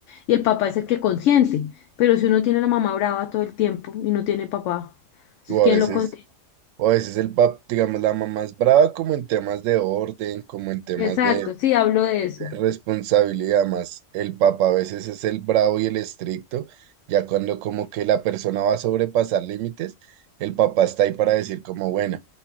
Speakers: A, on the left; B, on the right.
A: y el papá es el que consiente. Pero si uno tiene a la mamá brava todo el tiempo y no tiene papá, entonces
B: O
A: ¿quién
B: a veces,
A: lo consiente?
B: o a veces el pap, digamos, la mamá es brava como en temas de orden, como en temas
A: Exacto,
B: de,
A: sí, hablo de eso.
B: responsabilidad más. El papa a veces es el bravo y el estricto, ya cuando como que la persona va a sobrepasar límites, el papá está ahí para decir como, bueno,